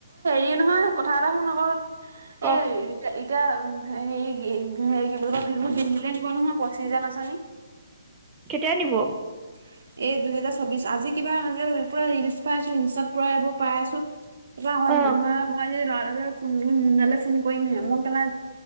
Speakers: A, on the right (about 65°); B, on the right (about 15°).
A: সি নহয় কথা এটা শুন আকৌ
B: ক
A: এই এতিয়া হেৰি কি বুলি কয় বিহুত দিল্লীলে নিব নহয় পঁচিছ হাজাৰ নাচনী
B: কেতিয়া নিব।
A: <inaudible> এ দুহেজাৰ চৌবিশ আজি কিবা এনকা কিবিৰ পুৰা ৰিলচ পাই আছো ইনষ্টাৰ পৰা এইবোৰ পাই আছো। কিবা হয়ন
B: অ
A: মা মই ল'ৰা এটালে ফোন মোন মুন্নালে। ফোন কৰিম হে মই কেলা